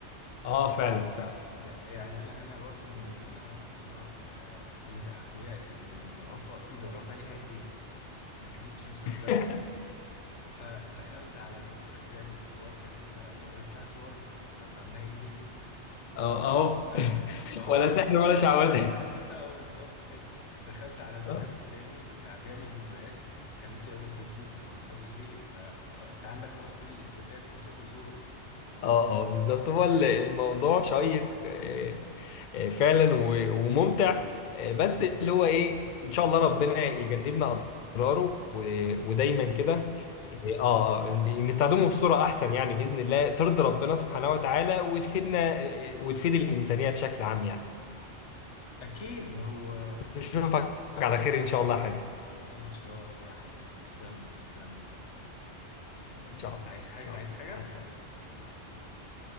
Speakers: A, on the left; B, on the left.
A: اه فعلا فعلا
B: يعني انا انا برضو من يومين انا اقنعت آه، بنت اخويا ان الزرافة في زرافة ليها ايدين ما كانتش مصدقة
A: <laughs>
B: فدخلت على نموذج بيعمل صور خليتها وريت لها صور زرافة عندها ايدين
A: اه
B: آه،
A: اهو
B: دخ...
A: <laughs>
B: اه
A: ولا سحر ولا شعوذه
B: <laughs> اه بالظبط كده دخلت على برنامج
A: اه.
B: تاني بتاع بيعمل فيديوهات خليته يعمل فيديو بزرافة بايدين فانت عندك خلاص كل الاثباتات اهو صوت وصورة
A: اه اه بالظبط هو ال- الموضوع شيق آه، آه، فعلا و- وممتع آه، بس
B: امم
A: اللي هو ايه ان شاء الله ربنا يجنبنا اضراره و- ودايما
B: اكيد
A: كده اه آه، نستخدمه في صورة احسن يعني باذن الله ترضي ربنا سبحانه وتعالى وتفيدنا آه، آه، وتفيد الانسانية بشكل عام يعني
B: اكيد هو
A: نشوفك على خير ان شاء الله يا حبيبي
B: ان شاء الله يا حبيبي تسلم لي تسلم لي يلا
A: ان شاء الله
B: عايز
A: ان
B: حاجة
A: شاء
B: عايز
A: الله
B: حاجة
A: مع السلامة
B: مع السلامة